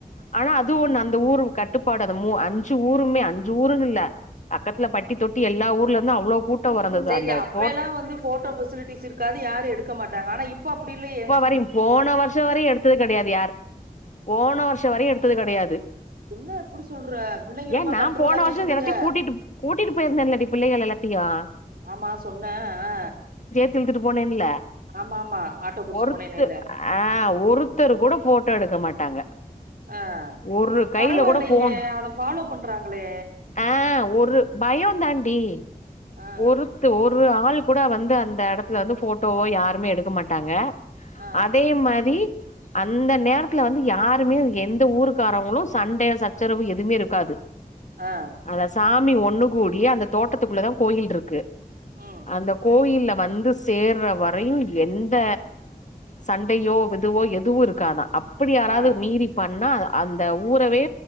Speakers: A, on the left (about 55°); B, on the right (about 85°).
A: ஆனா
B: ம்
A: அதுவும் ஒன்னு அந்த ஊரு கட்டுப்பாடு அது மூ அஞ்சி ஊருமே அஞ் சி ஊருனு இல்ல பக்கத்துல பட்டி தொட்டி எல்லா ஊர்ல இருந்தும் அவ்ளோ கூட்டோ வரு அந்த
B: செரி
A: அந்த
B: அப்ப
A: தோட்
B: எல்லாம் வந்து போட்டோ பெசிலிட்டிஸ் இருக்காது யாரும் எடுக்க மாட்டாங்க ஆனா இப்போ அப்டி இல்லயே
A: வரிம் போன வருஷ வரையும் எடுத்தது கெடையாது யார் போன வருஷம் வரையும் எடுத்தது கெடையாது
B: என்ன இப்டி சொல்ற பிள்ளைங்களுமா
A: ஏன் நா
B: கண்ட்ரோலா
A: போன
B: கேக்குதுக
A: வருஷம் எல்லாத்தையும் கூட்டிட்டு கூட்டிட்டு போயிருந்தேன்லடி பிள் பிள்ளைகள எல்லாத்தியும்
B: ஆமா சொன்ன ஆ
A: து இழுத்துட்டு போனேன் இல்ல
B: ஆமா ஆமா ஆட்டோ புடிச்சு
A: ஒருத்து
B: போனேனேல்ல
A: ஆ
B: ம்
A: ஒருத்தரு கூட போட்டோ எடுக்க மாட் டாங்க
B: ஆ
A: ஒரு கையில
B: பரவாயில்லையே
A: கூட ஃபோனு
B: அத ஃபாலோ பண்றாங்களே
A: ஆ ஒரு பயம் தாண் டி
B: ஆ
A: ஒருத்து ஒரு ஆள் கூட வந்து அந்த எடத்துல வந்து போட்டோவோ யாருமே எடுக்க மாட்டாங்க
B: ஆ
A: அதே மாரி அந்த நேரத்துல வந்து யாருமே எந்த ஊருக்காரவங்களு சண்ட சச்சரவு எதுமே இருக்காது
B: ஆ
A: அதா சா <unintelligible> ஒண்ணு கூடி அந்த தோட்டத்துக்குள்ள தா கோயில் இருக்கு
B: ம்
A: அந்த கோயில வந்து சேர்ற வரயு எந்த சண்டயோ விதுவோ எதுவு இருக்காதா அ அப்டி யாராவது
B: ஆ
A: மீறி பண்ணா அ அந்த ஊறவே